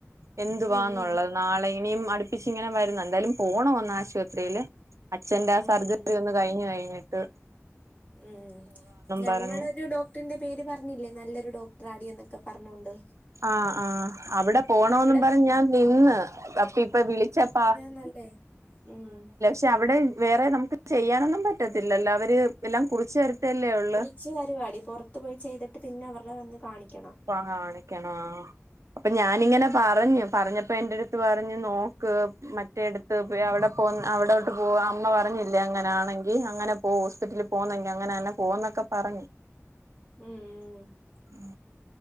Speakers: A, on the right; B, on the left.
A: എന്തുവാന്നുള്ളത്
B: ഉം ഉം
A: നാളെ ഇനി യും അടു പ്പിച്ച് ഇങ്ങനെ വരുന്നു എന്തായാലും പോണം ഒന്ന്‌ ആശുപത്രിയില് അച്ഛന്റെ ആ
B: ഉം
A: സർജറി ഒന്ന് കഴിഞ്ഞു കഴിഞ്ഞിട്ട് ആഹ്
B: ഉം ഞങ്ങളൊരു
A: പറഞ്ഞ്
B: ഡോ ഡോക്ടറിന്റെ പേര് പറഞ്ഞില്ലേ നല്ലൊരു ഡോക്ടറാടി എന്നൊക്കെ പറഞ്ഞോണ്ട്
A: ആഹ ആഹ അവിടെ പോണോ
B: അവിടെ
A: ന്ന് പറഞ്ഞ് ഞാൻ നിന്ന് അപ്പ ഇപ്പ വിളിച്ചപ്പ
B: ഇന്ന ല്ലേ ഉം
A: പക്ഷെ അവിടെ വേറെ നമുക്ക് ചെയ്യാനൊന്നും പറ്റത്തില്ലല്ലോ അവര് എല്ലാം കുറിച്ച് തര ത്തല്ലേ ഉള്ള്
B: കുറിച്ച് തരുവാടി പുറത്ത് പോയി ചെയ്തിട്ട് പിന്നെ അവരുടെ വന്ന് കാണിക്കണം
A: പ്പ കാണിക്കണം അപ്പൊ ഞാാനിങ്ങനെ പറ ഞ്ഞ് പറഞ്ഞപ്പോ എന്റടുത്ത് പറഞ്ഞു നോക്ക് മ ക് ട്ട റ ടുത്ത് അവിടെ പോ അവിടോ ട്ട് പോവാ അമ്മ പറഞ്ഞില്ലേ അങ്ങനാ ണെങ്കിൽ അങ്ങനെ പോഹോസ്പിറ്റലിൽ പോന്നെങ്കി അങ്ങനെ തന്നെ പോന്നൊക്കെ പറഞ്ഞു
B: ഉം
A: ഉം